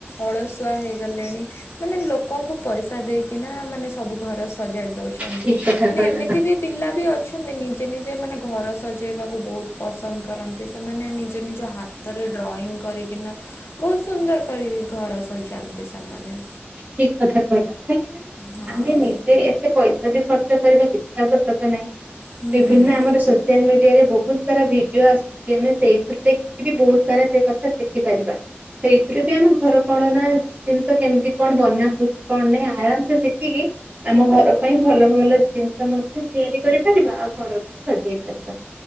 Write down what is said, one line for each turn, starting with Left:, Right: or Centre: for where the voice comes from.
Left: ଅଳସୁଆ ହେଇଗଲେଣି, ମାନେ ଲୋକ ଲୋକଙ୍କୁ ପଇସା ଦେଇକିନା ମାନେ ସବୁ ଘର ସଜାଡ଼ି ଦେଉଛନ୍ତି।
Right: ଠିକ କଥା
Left: ମାନେ
Right: କହିଲ
Left: ଏମିତି ବି ପିଲା ବି ଅଛନ୍ତି ନିଜେ ନିଜେ ଯେମାନେ ଘର ସଜେଇବାକୁ ବହୁତ ପସନ୍ଦ କରନ୍ତି, ସେମାନେ ନିଜ ନିଜ ହାତରେ ଡ୍ରଇଂ କରିକିନା ବହୁତ ସୁନ୍ଦର କରିକି ଘର ସଜାନ୍ତି ସେମାନେ।
Right: ଠିକ କଥା କହିଲ କାହିଁକି ନା
Left: ହଁ।
Right: ଆମେ ନିଜେ ଏତେ ପଇସା ବି ଖର୍ଚ୍ଚ କରିବା କିଛି ଆବଶ୍ୟକ ନାହିଁ
Left: ହୁଁ
Right: ବିଭିନ୍ନ ଆମର ସୋସିଆଲ ମିଡିଆରେ ବହୁତ ସାରା ଭିଡିଓ ଆସୁଛି। ଆମେ ସେଇଥିରୁ ଦେଖିକି ବି ବହୁତ ସାରା ସେ କଥା ଶିଖିପାରିବା। ସେଇଥିରେ ବି ଆମ ଘର <unintelligible> ନା ଜିନିଷ କେମିତି? କଣ ବନା ହଉଛି କଣ ନାଇଁ ଆରାମସେ ଶିଖିକି ଆମ ଘର ପାଇଁ ଭଲ ଭଲ ଜିନିଷ ମଧ୍ୟ ତିଆରି କରିପାରିବା ଆଉ ଘରକୁ ବି ସଜେଇ ପାରିବା।